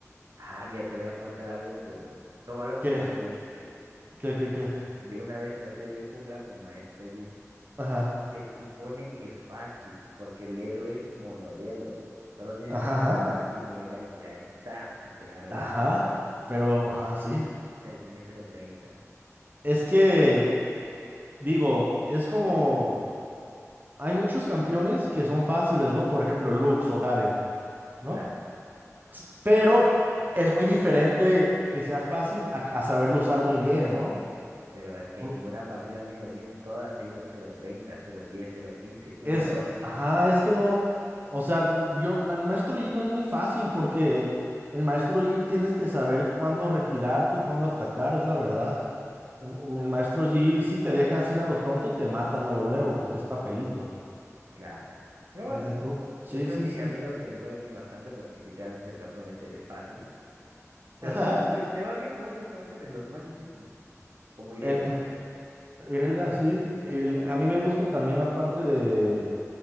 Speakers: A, on the right (about 85°); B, on the right (about 35°).
A: Ah, mira, te voy a contar algo, pero tómalo como
B: Que, Bueno,
A: tú gustes.
B: que, que,
A: <laughs>
B: que.
A: Yo una vez traté de ir jungla con Maestro Yi
B: Ajá,
A: y te supone que es fácil, porque el héroe es monodedo. Solo tienes
B: ajá,
A: que apretar
B: ajá.
A: la primera y ya está, y pegar básico.
B: Ajá, pero, ajá, sí.
A: Terminé cero treinta
B: Es que, digo, es como. Hay muchos campeones que son fáciles, ¿no? Por ejemplo, Lux o Garen, ¿no?
A: claro.
B: Pero es muy diferente que sea fácil a, a saberlo usar muy bien, ¿no?
A: Pero es que
B: O-
A: en ninguna partida me ha ido bien, todas he ido 0.30, 0.10, 0.15, doce
B: Es, ajá, es que no, o sea, yo, la- el maestro Yi no es muy fácil porque el maestro Yi tienes que saber cuándo retirarte y cuándo atacar, es la verdad. El um, el maestro Yi, si te dejas ir a lo tonto, te matan luego, luego, porque es papelito.
A: claro. Pero bueno,
B: Entonces,
A: Después
B: sí,
A: mi
B: sí, sí.
A: amigo se burló de mí bastante porque literalmente el campeón es, es fácil y ya. Pero
B: <laughs>
A: ¿sabes qué? Me va bien con otros campeones, los más difíciles. Como Irelia,
B: En,
A: por
B: en
A: ejemplo.
B: En realidad, sí. El- a mí me gusta también, aparte de.